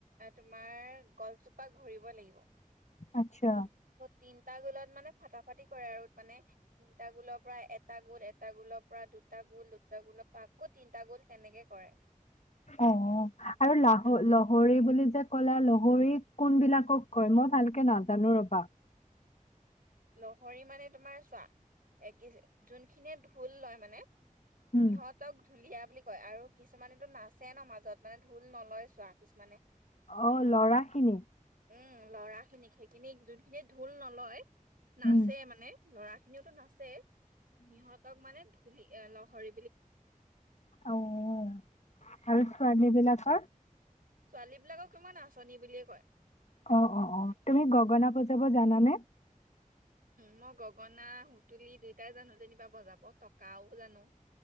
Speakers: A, on the right (about 85°); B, on the left (about 55°).
A: তোমাৰ গছজোপ বা ঘূৰিব লাগিব
B: আচ্ছা
A: তিনিটা গ'লত মানে ফাটা ফাটি কৰে আৰু মানে তিনটা গোলক প্ৰায় এটা গোল এটা গোলৰ পৰা দুটা টা গোল দুটা গোলপা আক আকৌ তিনিটা গ'ল তেনেকে কৰে
B: অ আৰু লাহ লহৰি বুলি যে ক'লো লহৰি কোনবিলাকক কয় মই ভালকে নাজানো ৰবা
A: লহৰি মানে তোমাৰ চোৱা এক যোনখিনিয়ে ঢোল লয় মানে সিহঁতক
B: হুম,
A: ঢুলীয়া বুলি কয় আৰু কিছুমানেতো নাচে ন মাজত মানে ঢোল নলয় চোৱা কিছু
B: অ লৰা খিনি
A: উম ল'ৰা খিনিক সেইখিনিক যোনখিনি ঢোল নলয় নাচে
B: হুম,
A: মানে ল'ৰাখিনিওতো নাচেই সিহঁতক মানে <unintelligible> বুলি ল লহৰি
B: অঁ আৰু চোৱালী বিলাকৰ
A: ছোৱালী বিলাকক তোমাৰ নাচনী বুলিয়ে কয়
B: অঁ অঁ অঁ তুমি গগনা বজাব জানানে
A: মই গগনা সুতুলি দুয়টাই জানো যেনিবা বজাব টকাও জানো